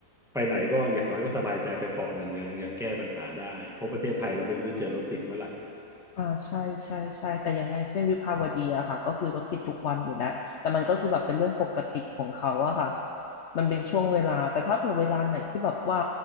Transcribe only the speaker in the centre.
ไปไหนก็อย่างน้อยก็สบายใจไปเปาะหนึ่งยังยังแก้ปัญหาได้เพราะประเทศไทยเราไม่รู้จะเจอรถติดเมื่อไหร่